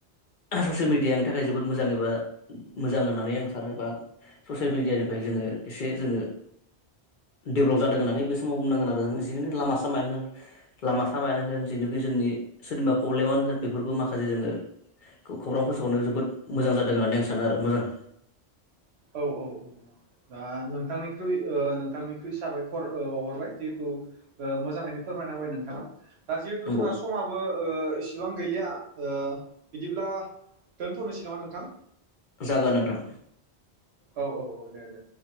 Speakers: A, on the left (about 55°); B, on the right (about 75°).
A: ससियेल मिडिया आं थाखाय जोबोद मोजां बा मोजां होननानै आं सानो बा ससियेल मिडियानिफ्राय जोङो एसे जोङो डेब्लब जादों होननानै बे समाव बुंनांगोन आरो जों जिखि लामा सामायनानो होन लामा सामायना होन जिनोखि जोंनि सोरनिबा प्रब्लेमानो होन बेफोरखौ माखासे जोङो खौरां फोसावनायाव जोबोद मोजां जादों होननानै आं सा नो आरो मोजां
B: औ औ आ नोंथांनिख्रुइ ओ नोंथांनिख्रुइ साबायखर औ बावहरबाय जिहेथु ओ मोजाङैनो फोरमायना होबाय नोंथांङा। दा जिहेथु
A: नंगौ
B: जोंहा समाबो ओ इसेबां गैलिया। ओ बिदिब्ला दोनथनोसै नामा नोंथां?
A: जागोन नोंथां।
B: औ औ औ दे दे।